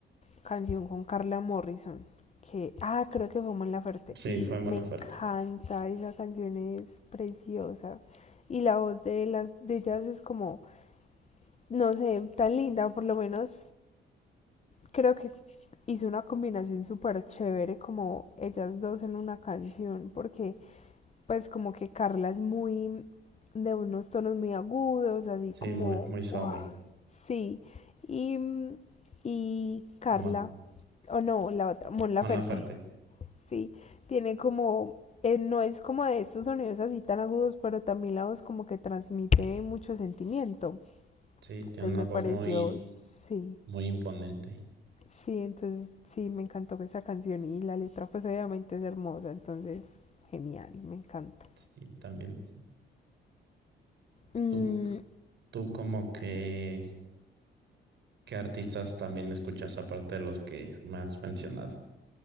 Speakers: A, on the left; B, on the right.
A: canción con Carla Morrison, que, ah, creo que fue Mon Laferte,
B: Sí,
A: y
B: fue Mon
A: me
B: Laferte.
A: encanta, esa canción es preciosa, y la voz de, las, de ellas es como, no sé, tan linda, por lo menos creo que hizo una combinación súper chévere como ellas dos en una canción, porque pues como que Carla es muy de unos tonos muy agudos, así
B: Sí,
A: como,
B: muy, muy suave.
A: wow, sí. Y, y Carla,
B: Mon,
A: o no, la otra, Mon Laferte,
B: Mon Laferte.
A: <laughs> sí, tiene como, eh, no es como de estos sonidos así tan agudos, pero también la voz como que transmite mucho sentimiento.
B: Sí, tiene
A: Entonces
B: una
A: me
B: voz
A: pareció,
B: muy,
A: sí,
B: muy imponente.
A: sí, entonces sí, me encantó esa canción y la letra pues obviamente es hermosa, entonces genial, me encanta.
B: Y también
A: Mm,
B: tú, tú como que, ¿qué artistas también escuchas aparte de los que me has mencionado?